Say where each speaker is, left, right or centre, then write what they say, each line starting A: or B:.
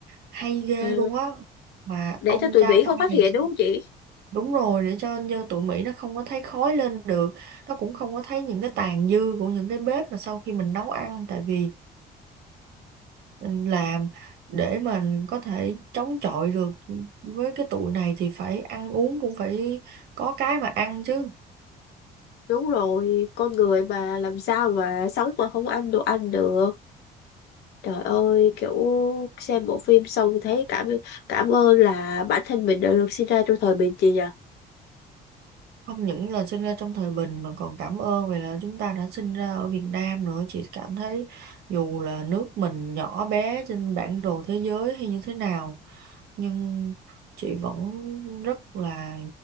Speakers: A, on the right (about 70°); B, on the left (about 75°).
A: Hay ghê
B: Ờ,
A: luôn á. Mà
B: để
A: ông
B: cho tụi
A: cha
B: Mỹ không
A: ta
B: phát
A: ngày
B: hiện
A: xưa.
B: đúng không chị
A: Đúng rồi, để cho như tụi Mỹ nó không có thấy khói lên được. Nó cũng không có thấy những cái tàn dư của những cái bếp mà sau khi mình nấu ăn. Tại vì mình làm để mình có thể chống chọi được với cái tuổi này thì phải ăn uống cũng phải có cái mà ăn chứ
B: đúng rồi con người mà làm sao mà sống mà không ăn đồ ăn được Trời ơi, kiểu xem bộ phim xong thấy cảm cảm ơn là bản thân mình đã được sinh ra trong thời bình chị nhỉ.
A: không những là sinh ra trong thời bình mà còn cảm ơn vì là chúng ta đã sinh ra ở Việt Nam nữa chị cảm thấy dù là nước mình nhỏ bé trên bản đồ thế giới hay như thế nào nhưng chị vẫn rất là